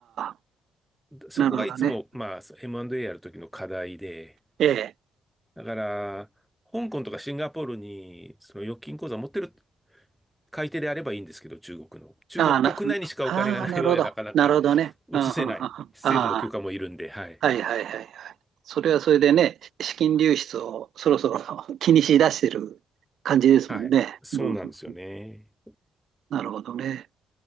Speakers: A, on the right; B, in the centre.
A: あ、
B: そこがいつも、
A: なるほどね。
B: まあ、M&A やるときの課題で、
A: ええ。
B: だから、香港とかシンガポールに、その預金口座持ってる買い手であればいいんですけど、中国の。中国国内にしかお金がない場合はなかなか
A: ああ、な、ああ、なるほど。なるほどね。
B: 移せない。
A: ああ、ああ、
B: 政府の許可もいるんで、
A: ああ
B: はい。
A: はいはいはいはい。それはそれでね、資金流出をそろそろ <laughs> 気にしだしてる感じですもんね。
B: はい。そうなんですよね。
A: うんうんうん、なるほどね。